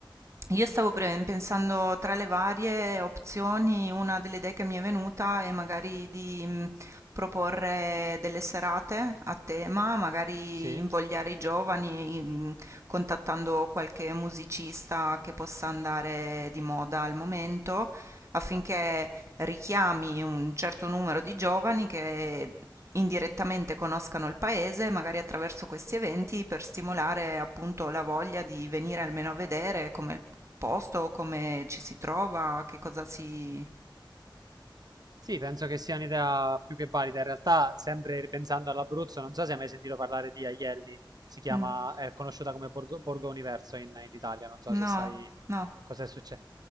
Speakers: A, on the right; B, on the right.
A: io stavo pre- pensando tra le varie opzioni, una delle idee che mi è venuta è magari di mh, proporre delle serate a tema, magari
B: Sì,
A: invogliare i giovani, mh, contattando qualche musicista che possa andare di moda al momento affinché richiami un certo numero di giovani che indirettamente conoscano il paese, magari attraverso questi eventi, per stimolare appunto la voglia di venire almeno a vedere come il posto, come ci si trova, che cosa si...
B: sì, penso che sia un'idea più che valida. In realtà, sempre ripensando all'Abruzzo, non so se hai mai sentito parlare di Aielli, si chiama,
A: Mm,
B: è conosciuta come Borgo, Borgo Universo in, in Italia, non so
A: No,
B: se sai
A: no.
B: cosa è successo.